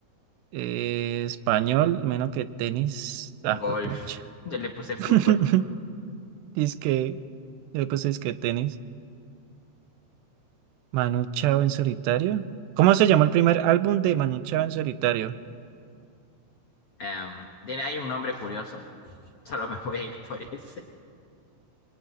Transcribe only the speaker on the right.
Eh, español, menos que tenis. Ah,
fue pucha.
<laughs> Dice que, yo pues es que tenis. Manu Chao en solitario. ¿Cómo se llamó el primer álbum de Manu Chao en solitario?